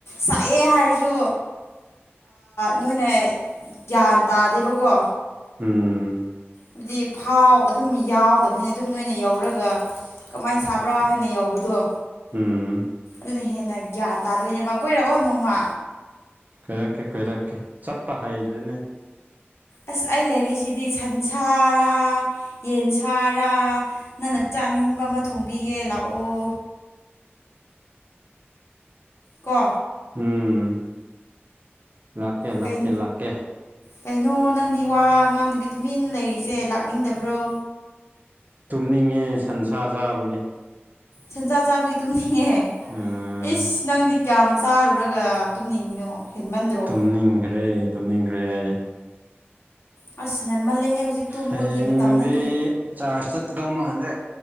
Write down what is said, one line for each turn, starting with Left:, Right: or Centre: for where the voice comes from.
Left: ꯁꯛꯑꯦ ꯍꯥꯏꯔꯁꯨ ꯅꯣꯏꯅ ꯒ꯭ꯌꯥꯟ ꯇꯥꯗꯦꯕꯀꯣ
Right: ꯎꯝ
Left: ꯍꯥꯏꯕꯗꯤ ꯐꯥꯎ ꯑꯗꯨꯝ ꯌꯥꯎꯗꯕꯅꯤꯅ ꯑꯗꯨꯝ ꯅꯣꯏꯅ ꯌꯧꯔꯒ ꯀꯃꯥꯏꯅ ꯁꯥꯕ꯭ꯔꯥ ꯍꯥꯏꯅ ꯌꯧꯕꯗꯣ
Right: ꯎꯝ
Left: ꯑꯗꯨꯅ ꯍꯦꯟꯅ ꯒ꯭ꯌꯥꯟ ꯇꯥꯗꯣꯏꯅꯦꯕ ꯀꯣꯏꯔꯛꯑꯣ ꯅꯣꯡꯃ
Right: ꯀꯣꯏꯔꯀꯦ ꯀꯣꯏꯔꯀꯦ ꯆꯠꯠꯇ ꯍꯥꯏꯗ꯭ꯔꯦꯅꯦ
Left: ꯑꯁ ꯑꯩ ꯂꯩꯔꯤꯁꯤꯗꯤ ꯁꯟꯁꯥꯔꯥ ꯌꯦꯟ ꯁꯥꯔꯥ ꯅꯪꯅ ꯆꯥꯅꯤꯡꯕ ꯑꯃ ꯊꯣꯡꯕꯤꯒꯦ ꯂꯥꯛꯑꯣ ꯀ
Right: ꯎꯝ ꯂꯥꯛꯀꯦ ꯂꯥꯛꯀꯦ
Left: ꯀꯩ
Right: ꯂꯥꯛꯀꯦ
Left: ꯀꯩꯅꯣ ꯅꯪꯗꯤ ꯋꯥ ꯑꯉꯥꯡꯗꯗꯤ ꯇꯨꯃꯤꯟ ꯂꯩꯔꯤꯁꯦ ꯂꯥꯛꯅꯤꯡꯗꯕ꯭ꯔꯣ
Right: ꯇꯨꯝꯅꯤꯡꯉꯦ ꯁꯟꯁꯥ ꯆꯥꯕꯒꯤ
Left: ꯁꯦꯟꯖꯥ ꯆꯥꯕꯒꯤ ꯇꯨꯝꯅꯤꯡꯉꯦ
Right: ꯎꯝ
Left: ꯏꯁ ꯅꯪꯗꯤ ꯀꯌꯥꯝ ꯆꯥꯔꯨꯔꯒ ꯇꯨꯝꯅꯤꯡꯉꯤꯅꯣ ꯍꯦꯟꯃꯟꯗ꯭ꯔꯣ
Right: ꯇꯨꯝꯅꯤꯡꯈ꯭ꯔꯦ ꯇꯨꯝꯅꯤꯡꯈ꯭ꯔꯦ ꯑꯩ
Left: ꯑꯁ ꯉꯟꯃꯜꯂꯦꯍꯦ ꯍꯧꯖꯤꯛ ꯇꯨꯝꯕꯒꯤ
Right: ꯍꯌꯦꯡꯗꯤ
Left: ꯃꯇꯝ ꯅꯠꯇ꯭ꯔꯦ
Right: ꯆꯥꯁꯠꯗꯣ ꯃꯥꯟꯗꯦ